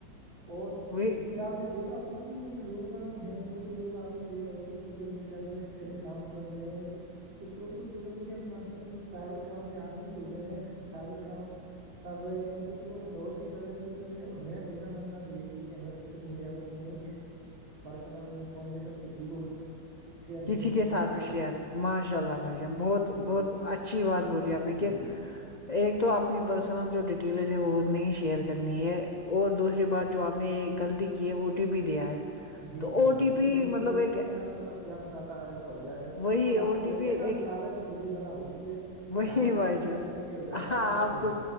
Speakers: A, on the right; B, on the left.
A: اور
B: وہ
A: اس آپ نے دیکا ہوا یہ لوگ باغ ہیں کچھ لوگ آپ نے دیکھا ہوگا کہ سوشل میڈیا پہ ایسے کام کر رہے ہیں تو کچھ لوگ تو سوشل میڈیا کے ماددھیم سے سائبر کرائم کے آادی بھی ہو گئے ہیں سائبر کرائم کر رہے ہیں کچھ لوگ فراڈ بھی کر رہے ہیں س س م ہمیں میرا ماننا تو یہی ہے کہ ہمیں سوشل میڈیا پر اپنی پرسنل انفارمیشن کسی کو شیئر نہیں
B: کسی
A: کرنی
B: کے ساتھ
A: چاہیے
B: بھی شار ماشاء اللہ بھائی جان بہت
A: جی
B: بہت اچھا اچھی بات بولی آپ نے
A: جی
B: کہ
A: جناب
B: ایک تو اپنی پرسنل جو ڈیٹیلز ہے وہ نہیں شیئر کرنی ہے اور دوسری بات جو آپ نے غلطی کی ہے او ٹی پی دیا ہے
A: جی
B: تو
A: جناب
B: او ٹی
A: وہ
B: پی
A: غلطی
B: مطلب
A: ہو گئی
B: ایک
A: ان شاء اللہ اب کیا بتاتا ایسا ہو جائے گا
B: وہی
A: وہا
B: او
A: کہتے
B: ٹی پی
A: ہیں نا
B: ایک
A: وہ لالچ بوڑھی والا ہوتی ہے
B: وہی
A: لالچ
B: بشہ
A: کے چکر میں یہ ہو جاتا
B: ہاں
A: ہے بھائی
B: آپ
A: جان
B: کو